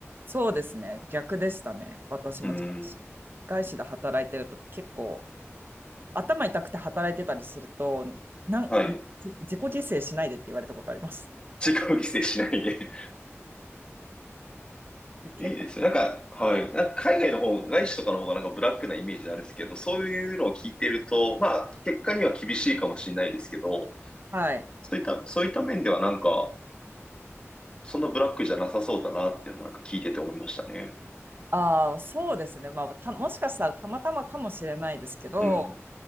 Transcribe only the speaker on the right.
そうですね。逆でしたね。私も
外資で働いてると結構頭痛くて働いてたりすると、なん、
な自自己犠牲しないでって言われたことあります。
で結構、
はい。
ああ、そうですね。まあた、もしかしたらたまたまかもしれないですけど、